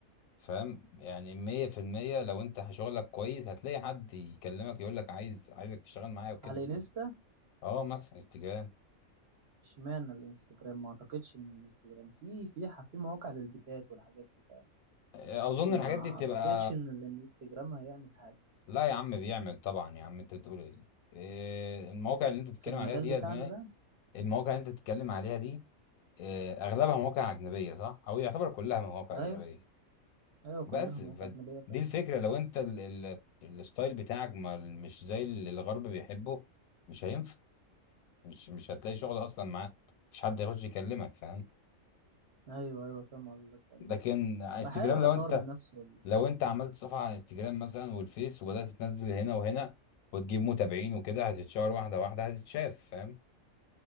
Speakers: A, on the left (about 85°); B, on the right (about 55°).
A: فاهم يعني مية في المية لو انت شغلك كويس هتلاقي حد يكلمك يقول لك عايز عايزك تشتغل معايا وكده
B: على
A: فاهم
B: انستا
A: اه مثلا استجابة
B: اشمعنى الانستجرام ما اعتقدش ان الانستجرام في في ح- في مواقع للبيتات والحاجات دي فاهم
A: اظن
B: ما
A: الحاجات دي بتبقى
B: اعتقدش ان الانستجرام هيعمل حاجه
A: لا يا عم بيعمل طبعا يا عم انت بتقول ايه إيه، المواقع اللي انت بتتكلم
B: في المجال
A: عليها دي يا
B: بتاعنا
A: زميلي
B: ده
A: المواقع اللي انت بتتكلم عليها دي إيه، اغلبها مواقع اجنبية صح او يعتبر كلها مواقع
B: ايوه
A: اجنبية
B: ايوه كلها
A: بس
B: مواقع
A: فدي
B: اجنبيه فاهم
A: الفكرة لو انت ال- ال- الستايل بتاعك ما مش زي اللي الغرب بيحبه مش هينفع مش مش هتلاقي شغل اصلا معاه مفيش حد هيخش يكلمك فاهم
B: ايوه ايوه فاهم قصدك فاهم
A: لكن
B: قصدك.
A: على انستجرام
B: بحاول
A: لو
B: اطور
A: انت
B: من نفسي والله
A: لو انت عملت صفحه على انستجرام مثلا والفيس وبدات تنزل هنا وهنا وتجيب متابعين وكده هتتشهر واحده واحده هتتشاف فاهم